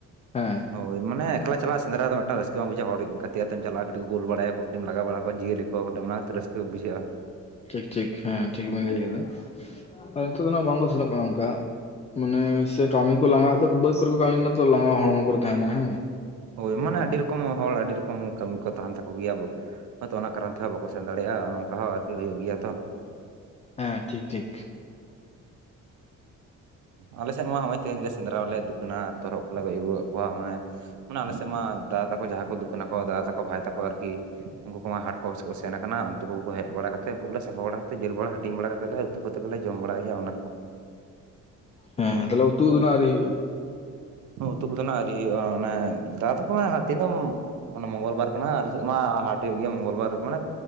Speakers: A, on the left (about 20°); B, on the right (about 75°).
A: ᱦᱮᱸ᱾
B: ᱦᱳᱭ ᱢᱟᱱᱮ ᱮᱠᱞᱟ ᱪᱟᱞᱟᱜ ᱥᱮᱸᱫᱽᱨᱟ ᱫᱚ ᱢᱤᱫᱴᱟᱝ ᱨᱟᱹᱥᱠᱟᱹ ᱵᱟᱝ ᱵᱩᱡᱟᱜ ᱦᱚᱲ ᱜᱟᱛᱮ ᱠᱟᱛᱮᱢ ᱪᱟᱞᱟᱜᱼᱟ᱾ ᱠᱟᱹᱴᱤᱡ ᱠᱚ ᱜᱳᱞ ᱵᱟᱲᱟᱭᱠᱚ ᱠᱟᱹᱴᱤᱡ ᱞᱟᱜᱟᱣ ᱵᱟᱲᱟ ᱠᱚᱣᱟ ᱡᱤᱭᱟᱹᱞᱤ ᱠᱚ ᱠᱷᱴ <unintelligible> ᱚᱱᱟ ᱠᱷᱟᱹᱛᱤᱨ ᱨᱟᱹᱥᱠᱟᱹ ᱵᱩᱡᱷᱟᱹᱜᱼᱟ᱾
A: ᱴᱷᱤᱠ ᱴᱷᱤᱠ ᱦᱮᱸ ᱴᱷᱤᱠ ᱵᱮᱱ ᱞᱟᱹᱭ ᱟᱠᱟᱫᱟ ᱱᱤᱛᱚᱜ ᱫᱚ ᱵᱟᱝ ᱠᱚ ᱥᱮᱱᱚᱜ ᱠᱟᱱᱟ ᱚᱱᱠᱟ᱾ ᱢᱟᱱᱮ ᱥᱮ ᱠᱟᱹᱢᱤ ᱠᱚ ᱞᱟᱸᱜᱟ ᱵᱟᱹᱛ ᱠᱚᱨᱮ ᱠᱚ ᱠᱟᱹᱢᱤ ᱛᱚ ᱞᱟᱸᱜᱟᱣ ᱦᱚᱲᱢᱚ ᱠᱚ ᱨᱮ ᱛᱟᱦᱮᱱᱟ ᱦᱮᱸ
B: ᱦᱳᱭ
A: ᱟᱫᱚ
B: ᱢᱟᱱᱮ ᱟᱹᱰᱤ
A: ᱵᱟᱝ
B: ᱨᱚᱠᱚᱢ ᱦᱚᱲ ᱟᱹᱰᱤ ᱨᱚᱠᱚᱢ ᱠᱟᱹᱢᱤ ᱠᱚ ᱛᱟᱦᱮᱱ ᱛᱟᱠᱚ ᱜᱮᱭᱟ ᱵᱚᱞᱮ ᱦᱳᱭᱛᱳ ᱚᱱᱟ ᱠᱟᱨᱚᱱ ᱛᱮᱦᱚᱸ ᱵᱟᱠᱚ ᱥᱮᱱ ᱫᱟᱲᱮᱭᱟᱜᱼᱟ ᱱᱚᱝᱠᱟ ᱦᱚᱸ ᱟᱨᱠᱤ ᱦᱩᱭᱩᱜ ᱜᱮᱭᱟ ᱛᱚ᱾
A: ᱦᱮᱸ ᱴᱷᱤᱠ ᱴᱷᱤᱠ
B: ᱟᱞᱮ ᱥᱮᱫ ᱢᱟ ᱦᱚᱸᱜᱼᱚᱭ ᱛᱮᱦᱮᱧ ᱜᱮ ᱥᱮᱸᱫᱽᱨᱟ ᱞᱮ ᱫᱩᱠᱟᱹᱱᱟ ᱛᱚᱨᱦᱚᱫ ᱠᱚᱞᱮ ᱜᱚᱡ ᱟᱹᱜᱩᱣᱟᱜ ᱠᱚᱣᱟ ᱢᱟᱱᱮ ᱢᱟᱱᱮ ᱟᱞᱮᱥᱮᱫ ᱢᱟ ᱫᱟᱫᱟ ᱛᱟᱠᱚ ᱡᱟᱦᱟᱸᱭ ᱠᱚ ᱫᱩᱠᱟᱹᱱᱟ ᱠᱚ ᱫᱟᱫᱟ ᱛᱟᱠᱚ ᱵᱷᱟᱭ ᱛᱟᱠᱚ ᱟᱨᱠᱤ ᱩᱱᱠᱩ ᱠᱚᱢᱟ ᱦᱟᱴ ᱠᱚ ᱠᱚ ᱥᱮᱱ ᱟᱠᱟᱱᱟ ᱩᱱᱠᱩ ᱦᱮᱡ ᱵᱟᱲᱟ ᱠᱟᱛᱮᱫ ᱩᱱᱠᱩ ᱠᱚᱞᱮ ᱥᱟᱯᱷᱟ ᱵᱟᱲᱟ ᱠᱟᱛᱮᱫ ᱡᱮᱞ ᱵᱟᱲᱟ ᱦᱟᱹᱴᱤᱧ ᱵᱟᱲᱟ ᱠᱟᱛᱮᱫ ᱞᱮ ᱩᱛᱩ ᱠᱟᱛᱮ ᱜᱮᱞᱮ ᱡᱚᱢ ᱵᱟᱲᱟᱭ ᱦᱩᱭᱩᱜᱼᱟ ᱚᱱᱟ ᱠᱚ
A: ᱦᱮᱸ ᱦᱮᱸ ᱛᱟᱞᱦᱮ ᱩᱛᱩ ᱫᱚ ᱱᱟᱜ ᱟᱣᱨᱤ ᱦᱩᱭᱩᱜᱼᱟ
B: ᱩᱛᱩ ᱠᱚᱫᱚ ᱱᱟᱜ ᱟᱹᱣᱨᱤ ᱦᱩᱭᱩᱜᱼᱟ ᱚᱱᱮ ᱫᱟ ᱛᱟᱠᱚ ᱱᱷᱟᱜ ᱫᱤᱱᱟᱹᱢ ᱚᱱᱟ ᱢᱚᱝᱜᱚᱞ ᱵᱟᱨ ᱠᱟᱱᱟ ᱟᱞᱮ ᱥᱮᱫ ᱢᱟ ᱦᱟᱴ ᱦᱩᱭᱩᱜ ᱜᱮᱭᱟ ᱢᱚᱝᱜᱚᱞ ᱵᱟᱨ ᱢᱟᱱᱮ